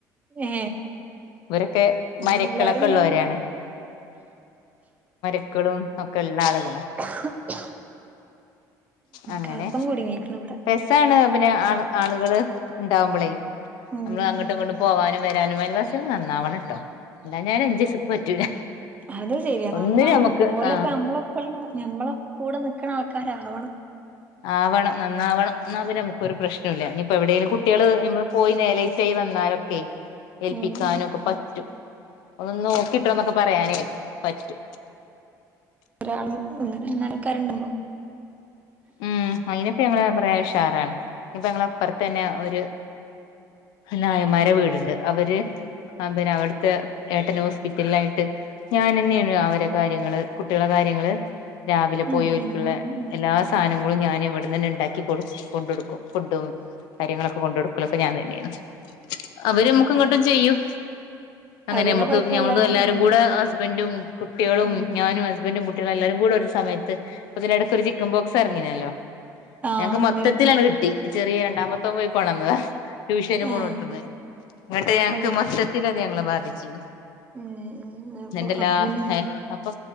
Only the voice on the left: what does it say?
ഇവരൊക്കെ
മരക്കളൊക്കെ
ഉള്ളവരാണ് മക്കളും ഒക്കെ ഉള്ള ആ
അങ്ങനെ
പെസാണ് പിന്നെ ആൾ ആളുകള് ഉണ്ടാവുമ്പോളേ
നമ്മള് അങ്ങോട്ടും ഇങ്ങോട്ട് പോവാനും വ തനു അയൽവസിക നന്നാവണം കേട്ടോ അല്ലേ ഞാൽ അഞ്ചു പൈസക്ക് പറ്റൂല
ഒന്നിനും
നമുക്ക്
ആഹ്
ആവണം നന്നാവണം എന്നാ പിന്നെ നമുക്കൊരു പ്രശ്നം ഇല്ല ഇനിയിപ്പ എവിടെേങ്കിലും കുട്ടികള് പോയി നലറ്റൈ വന്നാലൊക്കെ ഏൽപ്പിക്കാനും
ഒക്കെ പറ്റും ഒന്ന് നോക്കിട്ടോന്നൊക്കെ പറയാനേ പറ്റൂ
ഉം അയിനിപ്പ ഞങ്ങ പറയാ ഉഷാറാണ് ഇപ്പൊ ഞങ്ങള അപ്പുറത്ത തന്നെ ഒരു നായമാരെ വീടുണ്ട് അവര് ആ പിന്നെ അവിടുത്തെ ഏട്ടന ഹോസ്പിറ്റലില ആയിട്ട് ഞാൻന്നെയാണ് അവരെ കാര്യങ്ങള് കുട്ടികളെ കാര് രാവിലെ
പോയി ഓർക്ക് ഉള്ളെ
എല്ല ങ്ങളും ഞാൻ ഇവിടെന്നെ ഉണ്ടാക്കി കൊ കൊ കൊടുക്കും ഫുഡും കാര്യങ്ങളൊക്കെ കൊണ്ട കൊടുക്കലൊക്കെ ഞാൻ തന്നെയായിരുന്നു അവര് നമ്മുക്ക് ഇങ്ങോട്ടും ചെയ്യും അങ്ങനെ
നമ്മുക്ക്
ഞങ്ങൾക്ക് എല്ലാരും
കൂടെ ഹസ്ബന്റ് കുട്ടികളും
ഞാനും ഹസ്ബൻറും കുട്ടികളും എല്ലാരും കൂടെ ഒരു സമയത്ത് ഇതിടക്കൊ ഒരു ചിക്കുമ്പോ ഇറങ്ങിനല്ലോ
ഞങ്ങക്ക് മൊത്തത്തിലാണ്
കിട്ടി ചെറിയ രണ്ടാമത്ത പോയി കൊണ്ടുന്നതാ ട്യൂഷന് പോണോടുത്തന്ന്.
എന്നിട്ട് ഞങ്ങൾക്ക്
മൊത്തത്തില് അത് ഞങ്ങളെ ബാധിച്ചു.
ന്നെണ്ടല്ലാ
ഹേ അപ്പൊ